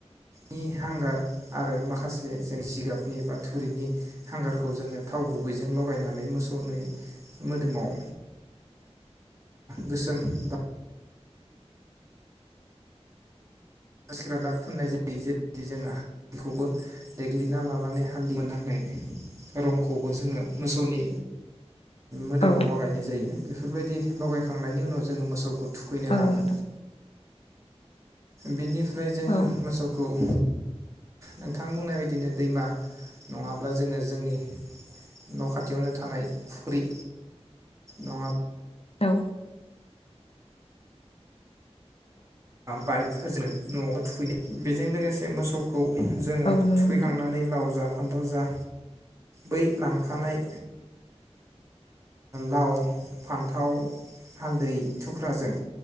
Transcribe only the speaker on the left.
<inaudible>
औ
औ
नोंथां
औ
औ
औ नंगौ
नोंथां